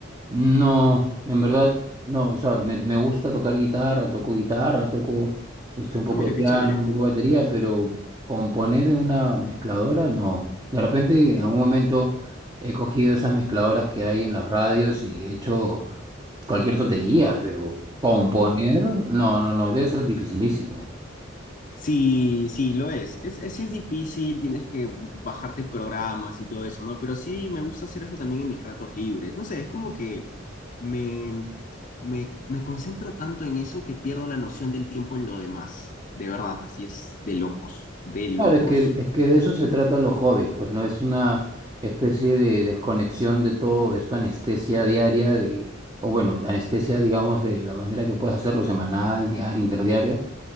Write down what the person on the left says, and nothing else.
Ah, mira,
qué chévere.
Sí, sí, lo es. Es, es, sí es difícil, tienes que bajarte programas y todo eso, ¿no? Pero sí me gusta hacer eso también en mis ratos libres. No sé, es como que me, me, me concentro tanto en eso que pierdo la noción del tiempo en lo demás. De verdad, así es de locos, de locos.